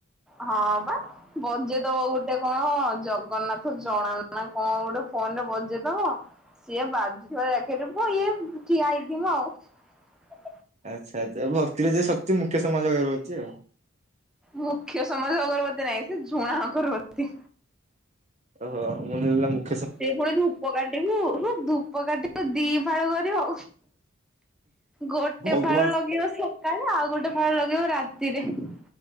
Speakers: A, in the centre; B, on the right.
A: ହଁ ବା ବଜେଇଦବ ଗୋଟେ କଣ ଜଗନ୍ନାଥ ଜଣାନ। କଁ ଗୋଟେ ଫୋନ ରେ ବଜେଇ ଦବ ସିଏ ବାଯୁ ଥାଏ ଏକରେ ପୁଅ ଇଏ ଠିଆ ହେଇଥିବ ଆଉ। ଉଁ।
B: ଆଛା ଆଛା ଭକ୍ତିରେ ଦିଏ ଶକ୍ତି ମୁଖ୍ୟ ସମାଜ ଅଗରବତୀ ଆଉ।
A: ମୁଖ୍ୟ ସମାଜ ଅଗରବତୀ ନାହିଁ ସେ ଝୁଣା ଅଗରବତୀ।
B: ଓହୋ ମୁଁ ଯୋଉ ମୁ
A: ସେ ପୁଣି ଧୂପ କାଠି କୁ ହୁଁ ଧୂପ କାଠିକୁ ଦି ଫାଳ କରିବ। ଗୋଟେ
B: ଭଗବାନ
A: ଫାଳ ଲଗେଇବ ସକାଳେ ଆଉ ଗୋଟେ ଫାଳ ଲଗେଇବ ରାତିରେ। ହଁଁ।